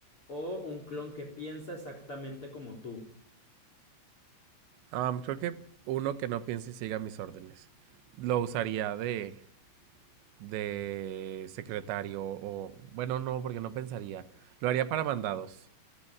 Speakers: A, on the left; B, on the right.
A: o un clon que piensa exactamente como tú.
B: Ah, creo que uno que no piense y siga mis órdenes. Lo usaría de de secretario o bueno, no, porque no pensaría. Lo haría para mandados.